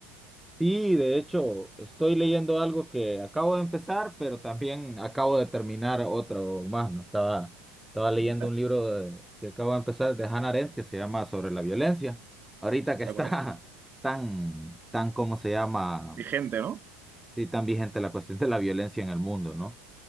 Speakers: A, in the centre; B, on the right.
A: Y de hecho, estoy leyendo algo que acabo de empezar, pero también acabo de terminar otro más, ¿no? Estaba, estaba leyendo
B: Vale,
A: un libro de- que acabo de empezar de Hannah Arendt que se llama Sobre la violencia. Ahorita que
B: de
A: está
B: acuerdo.
A: <laughs> tan, tan, ¿cómo se llama?
B: Vigente, ¿no?
A: Sí, tan vigente la cuestión de la violencia en el mundo, ¿no?